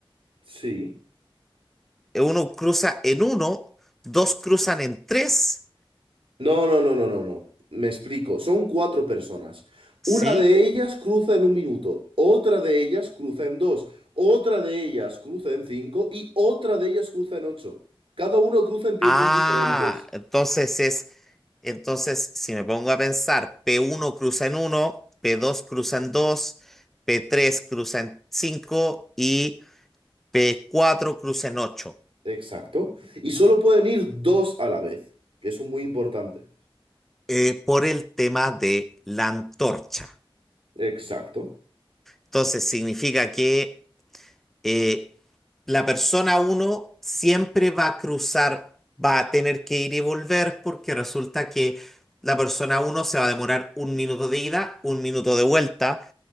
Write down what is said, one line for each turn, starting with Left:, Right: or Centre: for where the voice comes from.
Right: Sí.
Centre: Uno cruza en uno, dos cruzan en tres,
Right: No, no, no, no, no, no. Me explico. Son cuatro personas.
Centre: ¿sí?
Right: Una de ellas cruza en un minuto, otra de ellas cruza en dos, otra de ellas cruza en cinco y otra de ellas cruza en ocho. Cada uno cruza en tiempos
Centre: Ah,
Right: diferentes.
Centre: entonces es, entonces si me pongo a pensar, p uno cruza en uno, p dos cruza en dos, p tres cruza en cinco y p cuatro cruza en ocho,
Right: Exacto. Y solo pueden ir dos a la vez, que eso es muy importante.
Centre: eh, por el tema de la antorcha.
Right: Exacto.
Centre: Entonces significa que eh, la persona uno siempre va a cruzar, va a tener que ir y volver porque resulta que la persona uno se va a demorar un minuto de ida, un minuto de vuelta